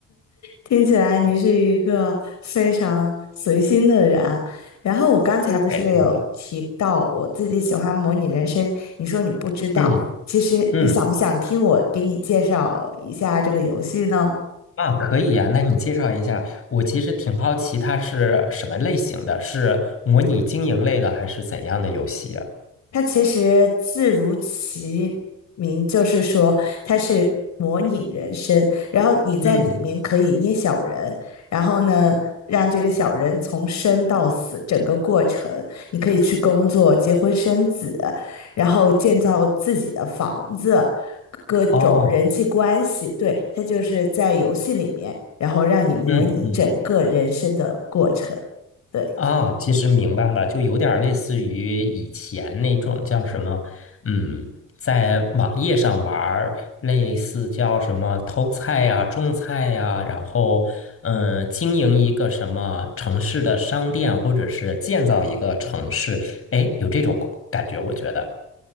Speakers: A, on the left; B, on the left.
A: 听起来你是一个非常随心的人啊然后我刚才不是有提到我自己喜欢模拟人生，
B: 对对，
A: 你说你不知道，
B: 嗯
A: 其实你想不想听我给你介绍一下这个游戏呢？
B: 嗯啊，可以呀、那你介绍一下，我其实挺好奇它是什么类型的，是模拟经营类的还是怎样的游戏啊？
A: 它其实字如其名，就是说它是模拟人生，然后你在里面可以捏小人，
B: 嗯，
A: 然后呢，让这个小人从生到死整个过程，你可以去工作、结婚生子，然后建造自己的房子，各种人际关系，
B: 哦，
A: 对，它就是在游戏里面，然后让你模拟整个人生的过程。
B: 嗯嗯
A: 对。
B: 啊，其实明白了，就有点儿类似于以前那种叫什么，嗯，在网页上玩儿类似叫什么偷菜呀、种菜呀，然后嗯，经营一个什么城市的商店，或者是建造一个城市，哎，有这种感觉，我觉得，